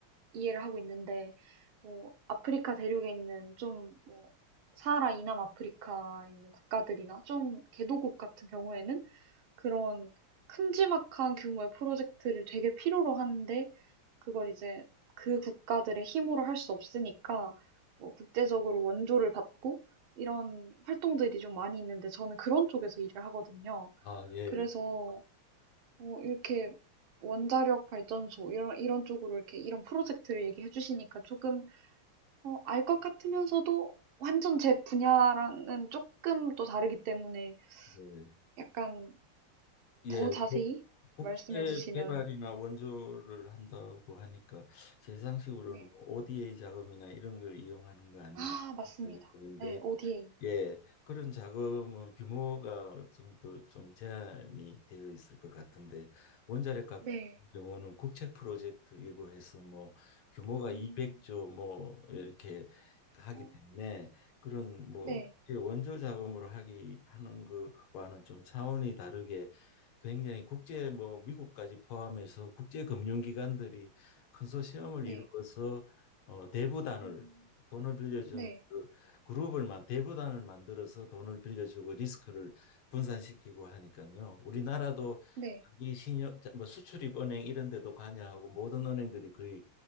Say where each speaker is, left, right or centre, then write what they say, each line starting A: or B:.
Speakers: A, on the right (about 70°); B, on the left (about 75°).
A: 이해를 하고 있는데 뭐 아프리카 대륙에 있는 좀뭐 사하라 이남 아프리카에 있는 국가들이나 좀 개도국 같은 경우에는 그런 큼지막한 규모의 프로젝트를 되게 필요로 하는데 그걸 이제 그 국가들의 힘으로 할 수 없으니까 뭐 국제적으로 원조를 받고 이런 활동들이 좀 많이 있는데 저는 그런 쪽에서 일을 하거든요.
B: 아, 예.
A: 그래서 어, 이렇게 원자력 발전소 이런 이런 쪽으로 이렇게 이런 프로젝트를 얘기해 주시니까 조금 어, 알것 같으면서도 완전 제 분야랑은 조금 또 다르기 때문에
B: 예.
A: 약간
B: 예,
A: 더 자세히
B: 뭐 국제
A: 말씀해 주시면
B: 개발이나
A: 네.
B: 원조를 한다고 하니까 제 상식으로는
A: 네.
B: 뭐 ODA 자금이나 이런 걸 이용하는 거 아닌가
A: 아, 맞습니다.
B: 생각이 드는데
A: 네, ODA.
B: 예, 그런 자금은 규모가 어느 정도 좀 제한이 되어 있을 것 같은데 원자력 같은
A: 네.
B: 경우는 국책 프로젝트이고 해서 뭐 규모가
A: 음.
B: 200조 뭐 이렇게 하기
A: 어.
B: 때문에 그런 뭐
A: 네.
B: 이게 원조 자금으로 하기 하는 것과는 좀 차원이 다르게 굉장히 국제 뭐 미국까지 포함해서 국제 금융기관들이 컨소시엄을
A: 네.
B: 이루어서 어, 대부단을
A: 음.
B: 돈을 빌려준
A: 네.
B: 그 그룹을 만 대부단을 만들어서 돈을 빌려주고 리스크를 분산시키고 하니까요. 우리나라도
A: 네.
B: 이 신용 뭐 수출입은행 이런 데도 관여하고 모든 은행들이 거의